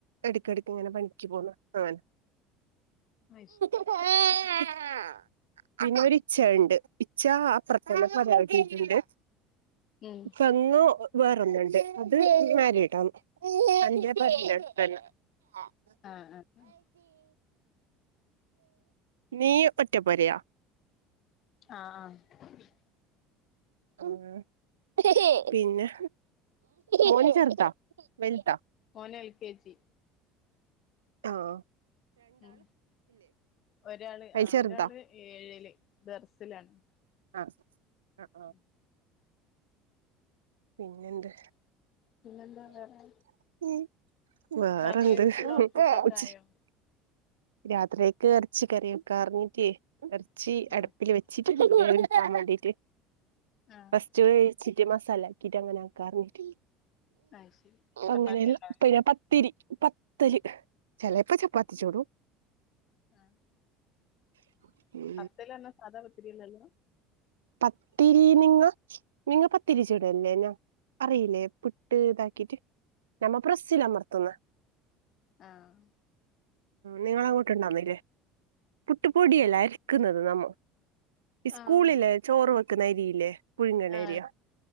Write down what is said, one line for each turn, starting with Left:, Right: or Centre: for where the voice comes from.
Right: ഇടക്കിടക്ക് ഇങ്ങനെ പണിക്ക് പോണ്. ആൻ
Left: വയസും
Right: <unintelligible> ഇച്ചണ്ട് ഇച്ച അപ്രത്തെനെ പ്പ കെറ്റി ട്ട്ണ്ട്.
Left: മും
Right: പെങ്ങോ വേറൊന്നണ്ട് അത് മാരിടാണ് അന്റെപരണ്ടട്തന്നെ- ആഹ്
Left: ആഹ ആഹെ
Right: നീ ഒറ്റപൊരായാ
Left: ആഹ ആഹ്
Right: ആ പിന്നെ മോന് ചെറുതാ വൽതാ-
Left: മോന് എൽ. കെ. ജി.
Right: ആഹാ
Left: ഉം ഒരാള്
Right: അതിൽ
Left: ആഹ
Right: ചെറുതാ
Left: ഒരാള് ഏഴില് ദർസിലാണ്.
Right: ആഹ അ
Left: മും
Right: പിന്നെന്ത്?
Left: പിന്നെന്താ വേറെ
Right: <inaudible> വേറെ
Left: രാത്രിയേക്ക്ള്ള
Right: എന്ത്ച്ച?
Left: ഫുഡൊക്കെ ആയോ
Right: <unintelligible> രാത്രിയക്ക് ഇറച്ചികറി കറിഞ്ഞിട്ട് ഇറച്ചി
Left: ആഹ്
Right: അട്പ്പില് വെ- ചിറ്റ് വേഡ്ചാവേണ്ടീട്ട്
Left: ആഹ്
Right: ഫസ്റ്റ് വേ- ച്ച്റ്റ മസാലക്കിട്ട് അങ്ങനെക്കാറ്ണ്ട്
Left: അത് ശരി ചപ്പാത്തി
Right: അങ്ങനെല്ലം
Left: ഉണ്ടാവുലേ
Right: പിന്നെ-പ്പ ത്തിരി പത്തല് ചേലെപ്പ ചപ്പാത്തി ചുടും.
Left: ആഹ
Right: <unintelligible>
Left: പത്തല്റഞ്ഞ സാധാ പത്തിരില്ലല്ലോ?
Right: പത്തിരീ നിങ്ങ- നിങ്ങ പത്തിരിച്ചുടല്ലേന്നോ അറിയില്ലേ പുട്ട് ഇതാക്കീട്ട്- ഞമ്മ പ്രസ്സിലമർത്തുന്ന്.
Left: ആഹാ
Right: നിങ്ങളങ്ങോട്ട്ണ്ടാവുന്നില്ലേ? പുട്ടുപ്പൊടിയല്ലം അരക്കുന്നത് നമ്മ ഇസ്കൂളിലേ
Left: ആഹ്
Right: ചോറ് വെക്കുന്ന അരില്ലേ? പുഴുങ്ങല്ലരിയ
Left: ആഹ്